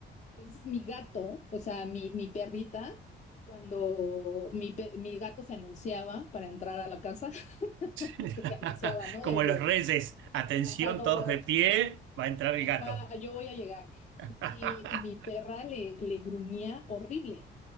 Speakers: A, on the left; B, on the right.
A: Entonces mi gato, o sea, mi, mi perrita, cuando mi, pe- mi gato se anunciaba para entrar a la casa, <laughs>
B: <laughs>
A: que se anunciaba, ¿no?
B: Como
A: Desde,
B: los reyes, atención,
A: ajá, como,
B: todos de pie, va a entrar el
A: ajá,
B: gato.
A: yo voy a llegar.
B: <laughs>
A: Y, y mi perra le, le gruñía horrible,